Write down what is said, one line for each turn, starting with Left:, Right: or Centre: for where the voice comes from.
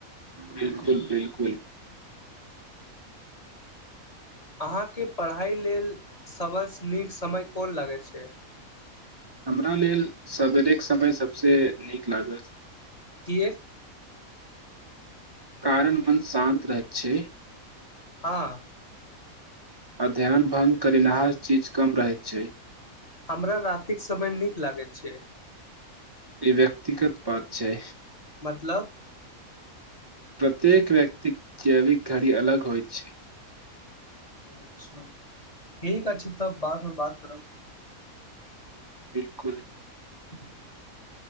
Right: बिलकुल बिलकुल
Left: अहाँके पढ़ाइ लेल सभस नीक समय कोन लगैत छै
Right: हमरा लेल सवेरेक समय सबसे नीक लागत
Left: किएक
Right: कारण मन शान्त रहैत छै
Left: हँ
Right: अध्ययन भंग करिनाहार चीज कम रहैत छै
Left: हमरा रातिक समय नीक लागैत छै
Right: ई व्यक्तिगत बात छै
Left: मतलब
Right: प्रत्येक व्यक्ति कैविक घड़ी अलग होइत छै
Left: अच्छा ठीक अछि तब बादमे बात करब
Right: बिलकुल
Left: <inaudible>